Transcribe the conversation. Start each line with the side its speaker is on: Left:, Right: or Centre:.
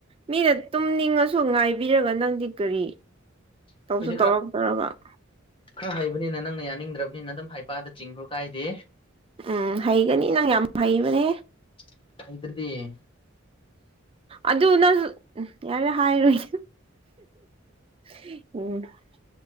Right: ꯃꯤꯅ ꯇꯨꯝꯅꯤꯡꯉꯁꯨ ꯉꯥꯏꯕꯤꯔꯒ ꯅꯪꯗꯤ ꯀꯔꯤ
Left: ꯑꯩꯈꯣꯏꯗꯤ
Right: ꯇꯧꯁꯨ ꯇꯧꯔꯛꯇ꯭ꯔꯒ
Left: ꯈꯔ ꯈꯔ ꯍꯩꯕꯅꯤꯅ ꯅꯪꯅ ꯌꯥꯅꯤꯡꯗ꯭ꯔꯕꯅꯤꯅ ꯑꯗꯨꯝ ꯍꯥꯏꯄꯥꯗ ꯆꯤꯡꯈ꯭ꯔꯣ ꯀꯥꯏꯗꯦ
Right: ꯎꯝ ꯍꯩꯒꯅꯤ ꯅꯪ ꯌꯥꯝ ꯍꯩꯕꯅꯦ
Left: <unintelligible>
Right: ꯑꯗꯨꯅ ꯅꯪ ꯌꯥꯔꯦ ꯍꯥꯏꯔꯣꯏ <unintelligible>